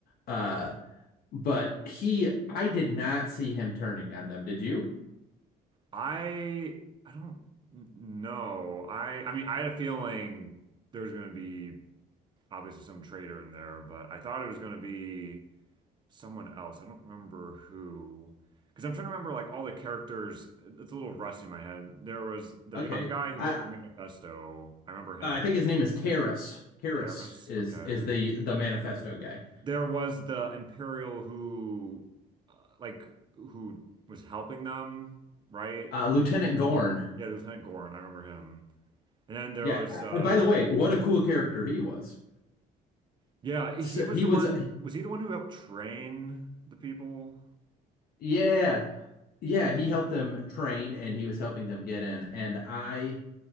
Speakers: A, on the left; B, on the right.
A: uh, but he I did not see him turning on them. Did you?
B: I I don't n- know. I I mean, I had a feeling there was going to be obviously some traitor in there, but I thought it was going to be someone else. I don't remember who. Because I'm trying to remember like all the characters. It's a little rusty in my head. There was the
A: Okay.
B: young guy who
A: I
B: wrote the manifesto. I remember him.
A: I think his name is Karras. Karras
B: Karis.
A: is
B: Okay.
A: is the the manifesto guy.
B: there was the Imperial who, uh, like, who was helping them, right?
A: Uh, Lieutenant Gorn.
B: Yeah, Lieutenant Gorn, I remember him. And then there
A: Yeah.
B: was,
A: Uh,
B: uh,
A: And by the way, what a cool
B: Yep.
A: character he was.
B: yeah, he
A: So
B: was
A: he
B: the
A: was,
B: one. Was he the one who helped train the people?
A: yeah, yeah. He helped them train, and he was helping them get in. And I